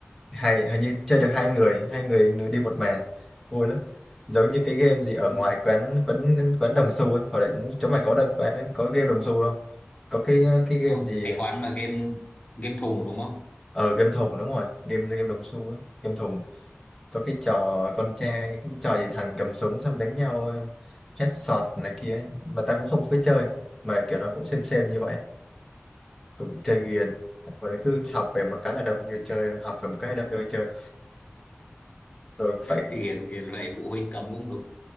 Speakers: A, in the centre; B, on the left.
A: hay hình như chơi được hai người hai người nửa đi một màn vui lắm giống như cái game gì ở
B: ừ.
A: ngoài quán quán quán đồng xu ấy hoặc là chỗ mày có được quán- có game đồng xu không có cái cái game
B: không
A: gì
B: cái quán mà game game thùng đúng không
A: ở game thùng đúng rồi game game đồng xu á game thùng có cái trò con trai cái trò gì thằng cầm súng xong đánh nhau headshot này kia ấy. mà ta cũng không cứ chơi mà kiểu nó cũng xem xem như vậy cũng chơi ghiền rồi cứ học về một cái là đập người chơi học về một cái đập người chơi rồi phải
B: hiền hiền vậy phụ huynh cấm cũng đúng